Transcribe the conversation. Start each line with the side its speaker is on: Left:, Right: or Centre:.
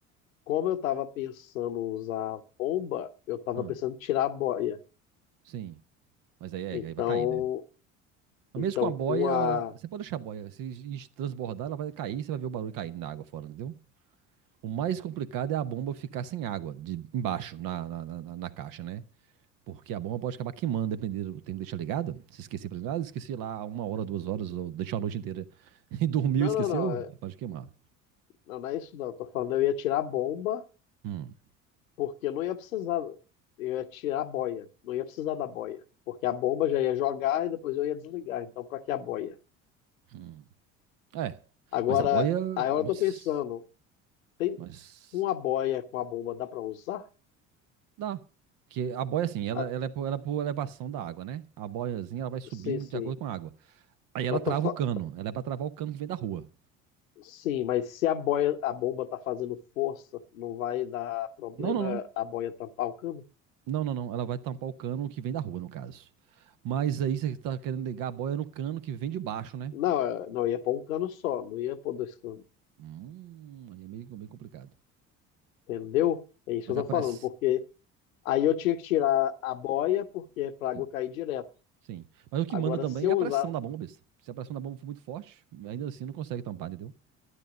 Left: como eu tava pensando usar bomba, eu tava
Right: Ah,
Left: pensando em tirar a boia.
Right: sim. Mas aí, é,
Left: Então,
Right: aí vai cair, né? Mas
Left: então
Right: mesmo com a boia,
Left: com a
Right: ela- você pode deixar a boia. Se es- transbordar, ela vai cair, você vai ver o barulho caindo na água fora, entendeu? O mais complicado é a bomba ficar sem água, de embaixo, na, na, na- na- na caixa, né? Porque a bomba pode acabar queimando, dependendo do tempo que deixar ligada. Se esquecer por exemplo, ah, esqueci lá uma hora, duas horas, ou deixou a noite inteira <laughs> e dormiu,
Left: Não,
Right: esqueceu,
Left: não, não. é,
Right: pode queimar.
Left: Não, não é isso não. Eu tô falando, eu ia tirar a bomba,
Right: Hum,
Left: porque eu não ia precisar. Eu ia tirar a boia. Não ia precisar da boia. Porque a bomba já ia jogar e depois eu ia desligar. Então, pra que a boia?
Right: hum. É,
Left: Agora,
Right: mas a boia,
Left: aí eu
Right: mas,
Left: tô pensando, tem
Right: mas
Left: uma boia com a bomba, dá pra usar?
Right: dá. Porque a boia, assim, ela,
Left: Ah,
Right: ela, é por, ela é por elevação da água, né? A boiazinha, ela vai subindo
Left: sim, sim.
Right: de acordo com a água. Aí ela
Left: Mas
Right: trava
Left: eu tô fa-
Right: o cano. Ela é pra travar o cano que vem da rua.
Left: Sim, mas se a boia, a bomba tá fazendo força, não vai dar problema
Right: Não, não, não.
Left: a boia tampar o cano?
Right: Não, não, não. Ela vai tampar o cano que vem da rua, no caso. Mas aí você tá querendo ligar a boia no cano que vem de baixo, né?
Left: Não, é- não, eu ia pôr um cano só, não ia pôr dois canos.
Right: Hum, aí é meio bem complicado.
Left: Entendeu? É isso
Right: Mas
Left: que eu tô
Right: a pressão...
Left: falando, porque. Aí eu tinha que tirar a boia, porque é para a água
Right: Sim,
Left: cair direto.
Right: sim. Mas o que
Left: Agora,
Right: manda também
Left: se eu
Right: é a
Left: usar.
Right: pressão da bomba, besta. Se a pressão da bomba for muito forte, ainda assim não consegue tampar, entendeu?